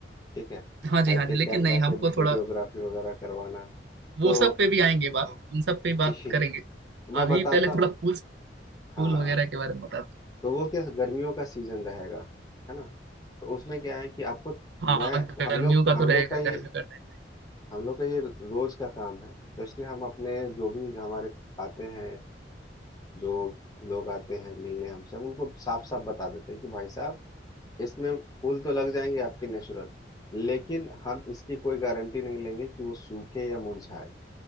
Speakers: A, on the left; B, on the right.
A: ठीक है
B: हाँ जी
A: हाईटेक
B: हाँ जी लेकिन
A: कैमरा
B: नहीं हमको
A: से वीडियोग्राफी
B: थोड़ा
A: वगैरह करवाना
B: वो
A: तो
B: सब पे भी आएंगे बात उन सब पे ही बात
A: जी
B: करेंगे
A: मैं
B: अभी
A: बताता
B: पहले थोड़ा
A: हूँ
B: फूल फूल
A: हाँ
B: वगैरह के बारे में बता दो
A: तो वो क्या गर्मियों का सीजन रहेगा है ना तो उसमें क्या है कि आपको
B: हाँ
A: मैं
B: गर्मियों
A: हम लोग
B: का तो
A: हम लोग
B: रहेगा
A: का ये
B: गर्मियों का टाइम
A: हम लोग का ये रोज का काम है तो इसलिए हम अपने जो भी हमारे आते हैं जो लोग आते हैं मिलने हमसे हम उनको साफ साफ बता देते हैं कि भाई साहब इसमें फूल तो लग जाएंगे आपके नेचुरल लेकिन हम इसकी कोई गारंटी नहीं लेंगे कि वो सूखे या मुरझाए